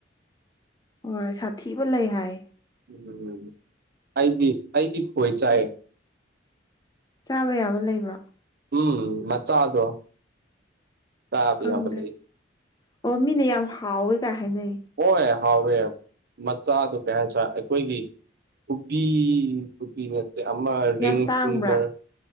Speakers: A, on the left; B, on the right.
A: ꯍꯣꯏ ꯁꯥꯊꯤꯕ ꯂꯩ ꯍꯥꯏ
B: ꯎꯝ ꯑꯩꯗꯤ ꯑꯩꯗꯤ ꯈꯣꯏ ꯆꯥꯏ
A: ꯆꯥꯕ ꯌꯥꯕ ꯂꯩꯕ꯭ꯔꯣ
B: ꯎꯝ ꯃꯆꯥꯗꯣ ꯆꯥꯕ
A: ꯈꯪꯗꯦ
B: ꯌꯥꯕ ꯂꯩ
A: ꯑꯣ ꯃꯤꯅ ꯌꯥꯝ ꯍꯥꯎꯋꯦ ꯀꯥꯏ ꯍꯥꯏꯅꯩ
B: ꯍꯣꯏ ꯍꯥꯎꯋꯦ ꯃꯆꯥꯗꯣ ꯀꯩ ꯍꯥꯏꯁꯤꯔꯦ ꯑꯈꯣꯏꯒꯤ ꯈꯨꯕꯤ ꯈꯨꯕꯤ ꯅꯠ ꯇꯦ ꯑꯃ ꯔꯤꯡ
A: ꯌꯥꯝ ꯇꯥꯡꯕ꯭ꯔꯥ
B: ꯐꯤꯡꯒꯔ